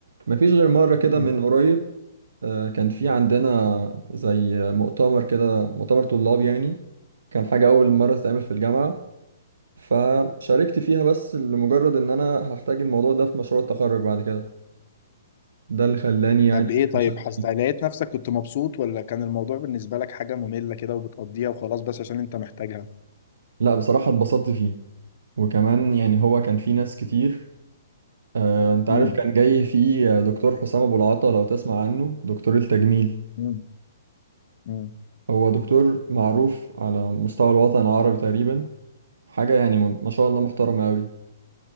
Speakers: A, on the right; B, on the left.
A: مفيش غير مرة كده
B: مم.
A: من قريب آه كان في عندنا زي مؤتمر كده مؤتمر طلاب يعني كان حاجة اول مرة تتعمل في الجامعة فشاركت فيها بس لمجرد ان انا هحتاج الموضوع ده في مشروع التخرج بعد كده ده اللي خلاني يعني
B: طب ايه طيب
A: اشارك
B: حسيت
A: فيه
B: لقيت نفسك كنت مبسوط ولا كان الموضوع بالنسبه لك حاجه ممله كده وبتقضيها وخلاص بس عشان انت محتاجها
A: لا بصراحة اتبسطت فيه وكمان يعني هو كان فيه ناس كتير آه انت
B: امم
A: عارف كان جاي فيه دكتور حسام ابو العطا لو تسمع عنه دكتور التجميل
B: امم امم
A: هو دكتور معروف على مستوى الوطن العربي تقريبا حاجة يعني ما ما شاء الله محترمة أوي